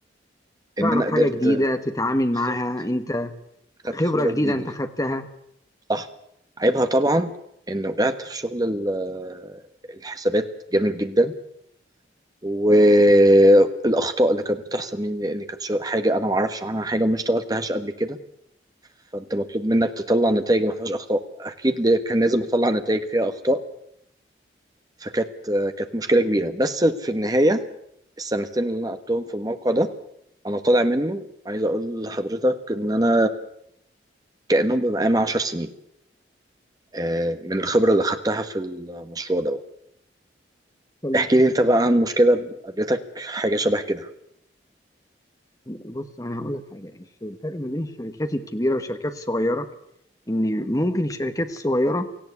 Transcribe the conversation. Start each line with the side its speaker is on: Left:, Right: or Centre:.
Right: ان
Left: تعرف
Right: انا قدرت
Left: حاجة جديدة تتعامل معاها
Right: بالظبط
Left: انت
Right: خدت
Left: خبرة
Right: خبرة
Left: جديدة
Right: جديدة
Left: انت خدتها
Right: صح عيبها طبعا ان وقعت في شغل ال- الحسابات جامد جدا والاخطاء اللي كانت بتحصل مني لان كانت شو- حاجه انا ما اعرفش عنها حاجه وما اشتغلتهاش قبل كده فانت مطلوب منك تطلع نتائج ما فيهاش اخطاء اكيد ل- كان لازم اطلع نتائج فيها اخطاء فكانت كانت مشكله كبيره بس في النهايه السنتين اللي انا قضيتهم في الموقع ده انا طالع منه عايز اقول لحضرتك ان انا كانهم بقى معايا 10 سنين آه، من الخبره اللي اخدتها في المشروع ده
Left: اتكلم
Right: احكي
Left: صح
Right: لي انت
Left: جدا
Right: بقى عن مشكلة قابلتك حاجة شبه كده
Left: بص انا هقول لك حاجة الش- الفرق ما بين الشركات الكبيرة والشركات الصغيرة ان ممكن الشركات الصغيرة